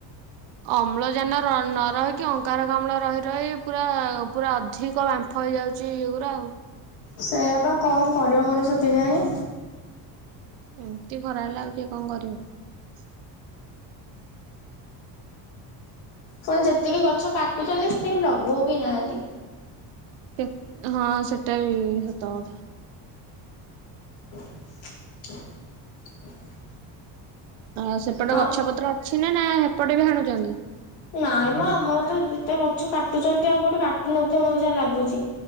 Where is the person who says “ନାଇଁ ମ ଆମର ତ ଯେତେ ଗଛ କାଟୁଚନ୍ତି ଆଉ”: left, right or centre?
Left